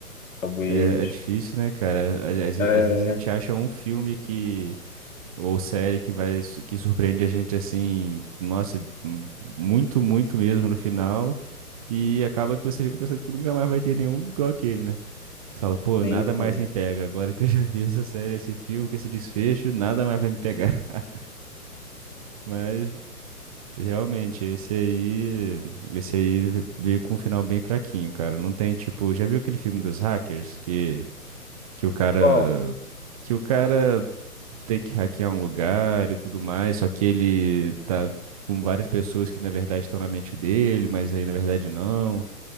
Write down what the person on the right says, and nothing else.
É, é difícil, né, cara? Às,
às- às vezes a gente acha um filme que ou série que vai su- que surpreende a gente assim, nossa, m- muito, muito mesmo no final e acaba que você fica pensando que nunca mais vai ter nenhum igual aquele, né? Você fala, pô,
nada mais
me pega. Agora que eu <laughs> já vi essa série, esse filme, com esse desfecho, nada mais vai me pegar. <laughs> Mas realmente, esse aí, esse aí veio com um final bem fraquinho, cara. Não tem tipo, já viu aquele filme dos hackers que que o cara
que o cara tem que hackear um lugar e tudo mais, só que ele tá com várias pessoas que na verdade estão na mente dele, mas aí na verdade não.